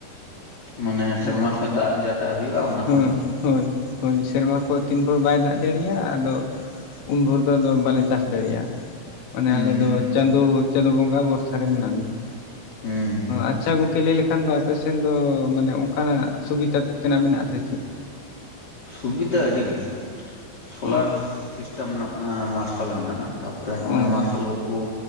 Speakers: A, on the left; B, on the left.
A: ᱢᱟᱱᱮ
B: ᱦᱩᱸ
A: ᱥᱮᱨᱢᱟ ᱠᱷᱚᱡ ᱫᱟᱜ ᱡᱟᱦᱟᱸᱴᱟ ᱦᱩᱭᱩᱜᱼᱟ ᱚᱱᱟ
B: ᱦᱳᱭ
A: ᱠᱷᱚᱡ ᱜᱤ
B: ᱦᱳᱭ ᱦᱳᱭ ᱥᱮᱨᱢᱟ ᱠᱷᱚᱱ ᱛᱤᱱ ᱵᱷᱚᱨ ᱵᱟᱭ ᱫᱟᱜ ᱡᱟᱹᱲᱤᱭᱟ ᱟᱫᱚ ᱩᱱᱵᱷᱳᱨ ᱫᱚ ᱟᱫᱚ ᱵᱟᱞᱮ ᱪᱟᱥ ᱫᱟᱲᱮᱭᱟᱜᱼᱟ ᱢᱟᱱᱮ
A: ᱦᱩᱸ
B: ᱟᱞᱮᱚ ᱪᱟᱸᱫᱩ ᱪᱟᱸᱫᱳ ᱵᱚᱸᱜᱟ ᱵᱚᱨᱥᱟ ᱨᱮ ᱢᱮᱱᱟᱜ ᱞᱮᱭᱟ
A: ᱦᱩᱸ ᱦᱩᱸ
B: ᱟᱪᱪᱷᱟ ᱜᱚᱝᱠᱮ ᱞᱟᱹᱭ ᱞᱮᱠᱷᱟᱱ ᱫᱚ ᱟᱯᱮ ᱥᱮᱫ ᱫᱚ ᱢᱟᱱᱮ ᱚᱱᱠᱟᱱᱟᱜ ᱥᱩᱵᱤᱫᱟ ᱛᱮᱱᱟᱜ ᱢᱮᱱᱟᱜᱥᱮ ᱪᱤ
A: ᱥᱩᱵᱤᱫᱟ ᱟᱹᱰᱤ ᱢᱮᱱᱟᱜᱼᱟ ᱥᱳᱞᱟᱨ
B: ᱚ
A: ᱥᱤᱥᱴᱮᱢ ᱨᱮᱱᱟᱜ ᱢᱟᱨᱥᱟᱞ ᱢᱮᱱᱟᱜᱼᱟ ᱛᱟᱯᱚᱨᱮ
B: ᱚ
A: ᱱᱚᱜᱚᱭ ᱢᱟᱨᱥᱟᱞ ᱠᱚᱠᱚ